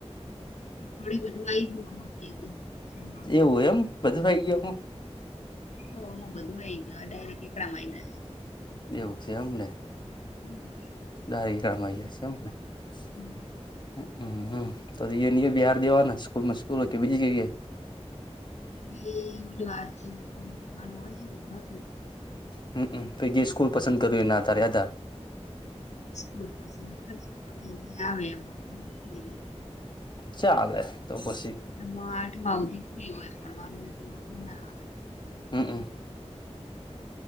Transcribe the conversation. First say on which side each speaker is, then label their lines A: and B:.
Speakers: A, on the left; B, on the left.
A: થોડી બધું આઈ ગયું આમાં કે જી માં.
B: એવું એમ બધું ખાઈ ગયું
A: <inaudible> હોમો બધું આઈ ગયો ડાયરેક્ટ એકડા માં આઈ જાય.
B: એેવું છે એમને?
A: હમ્મ.
B: દારી ગળમાં આવી જશે એમને હમ્મ.
A: હમ
B: હમ્મ હમ્મ તો ઈ ને એ બિહાડ દેવાના સ્કૂલમાં સ્કૂલ કે બીજી જગ્યા એ.
A: બી એ ઓલું વાત છે ફોર્મ ભરવાનું હોયર <inaudible>
B: હમ્મ અમ્મ તો ઈ દિવસ સ્કૂલ પસંદ કર્યું એના આધાર યાધાર.
A: સ્કૂલ પસંદ કર આવે એમાં ક <inaudible>
B: ચાલે. તો પછી
A: એમાં આઠમા સુધી ફ્રી હોય પડવા નું વધુ ના આવે.
B: હમ્મ અમ્મ.